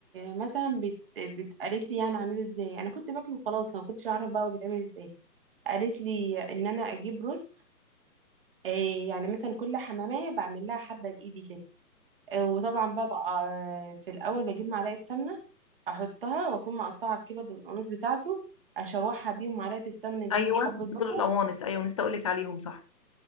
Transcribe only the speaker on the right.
مثلا بت... بت... قالت لي يعني اعمله ازاي انا كنت باكله خلاص ما كنتش اعرف بقى هو بيتعمل ازاي قالت لي ان انا اجيب رز إيه، يعني مثلا كل حمامية بعمل لها حبة بإيدي كده وطبعا بقى, بقى آه، في الاول بجيب معلقه سمنه احطها واكون مقطعه الكبد والقميص بتاعته اشوحها بيهم معلقه السمنه
دي وحبه
بصل